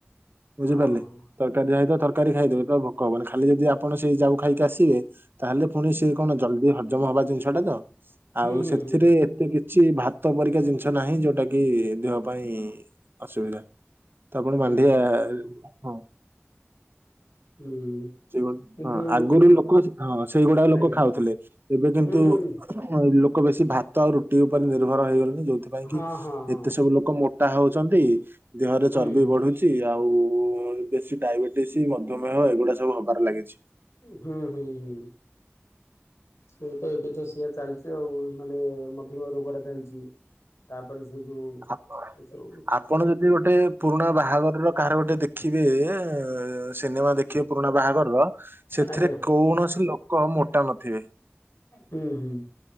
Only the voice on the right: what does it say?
ବୁଝିପାରିଲେ
ତରକାରୀ ଯାହେଇଥିବ ତରକାରୀ ଖାଇଦେବେ <unintelligible> ଭୋକ ହବନି ଖାଲି ଯଦି ଆପଣ ସେଇ ଯାଉ ଖାଇକି ଆସିବେ ତାହେଲେ ପୁଣି ସେ କଣ ଜଲଦି ହଜମ ହବା ଜିନିଷଟା ତ
ଆଉ
ସେଥିରେ
ଏତେ କି କିଛି ଭାତ ପରିକା ଜିନିଷ ନାହିଁ ଯୋଉଟା କି ଦେହ ପାଇଁ ଅସୁବିଧା। ତା ପୁଣି ମାଣ୍ଡିଆ
ହୁଁ।
ସେ ହଁ
ଆଗରୁ ଲୋକ ହଁ ସେଇଗୁଡା ଲୋକ
ଖାଉଥିଲେ ଏବେ କିନ୍ତୁ
ଲୋ ଲୋକ ବେଶୀ ଭାତ ଆଉ ରୁଟି ଉପରେ ନିର୍ଭର ହେଇଗଲେଣି ଯୋଉଥି ପାଇଁ
କି
ଏତେ ସବୁ ଲୋକ ମୋଟ ଟା ହଉଚନ୍ତି ଦେହରେ
ଚର୍ବି
ବଢୁଛି ଆଉ ଉ ବେଶୀ ଡାଇବେଟିସ୍ ମଧୁମେୟ ଏଗୁଡା ସବୁ ହବାର ଲାଗିଚି।
ଆପ
ଆପଣ ଯଦି ଗୋଟେ ପୁରୁଣା ବାହାଘରର କାହାର ଗୋଟେ ଦେଖିବେ ଏ ସିନେମା ଦେଖିବେ ପୁରୁଣା ବାହାଘରର ସେଥିରେ
କୌଣସି ଲୋକ ମୋଟା ନଥିବେ।